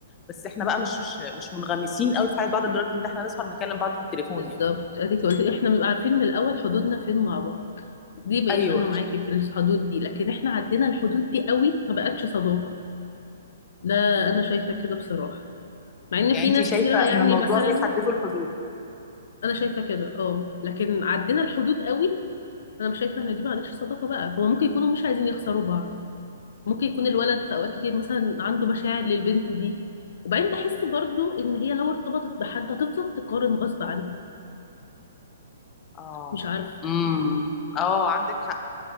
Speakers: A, on the left; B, on the left.
A: بس احنا بقى مش مش منغمسين قوي في حياه بعض لدرجه ان احنا نسهر نكلم بعض في التليفون
B: بالظبط
A: يعني
B: اديك قلت احنا بنبقى عارفين من الاول حدودنا فين مع بعض دي ماشي
A: ايوه
B: انا معاكي في الحدود دي لكن احنا عدينا الحدود دي قوي ما بقتش صداقة ده انا شايفة كده بصراحة مع ان
A: يعني
B: في
A: انت
B: ناس
A: شايفه
B: كتير يعني
A: ان الموضوع
B: مثلا
A: بيحددوا الحدود
B: انا شايفة كده اه لكن عدينا الحدود قوي انا مش شايفة ان دي ما عادتش صداقة بقى هو ممكن يكونوا مش عايزين يخسروا بعض ممكن يكون الولد في اوقات كتير مثلا عنده مشاعر للبنت دي وبعدين بحس برضو ان هي لو ارتبطت بحد هتفضل تقارن غصب عنها
A: اه
B: مش عارفة
A: امم اه عندك حق